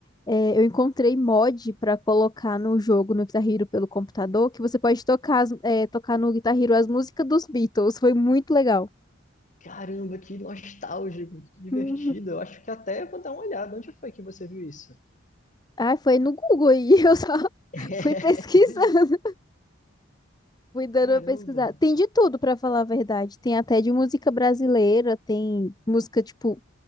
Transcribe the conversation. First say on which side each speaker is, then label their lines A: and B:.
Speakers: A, on the left; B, on the left.
A: é, eu encontrei mod pra colocar no jogo, no Guitar Hero pelo computador, que você pode tocar, as- é, tocar no Guitar Hero as músicas dos Beatles. Foi muito legal.
B: Caramba, que nostálgico, que divertido.
A: Uhum.
B: Eu acho que até vou dar uma olhada. Onde foi que você viu isso?
A: Ai, foi no Google aí, <laughs> eu só
B: <laughs>
A: fui pesquisando. Fui dando
B: Caramba!
A: uma pesquisada. Tem de tudo, pra falar a verdade. Tem até de música brasileira, tem música tipo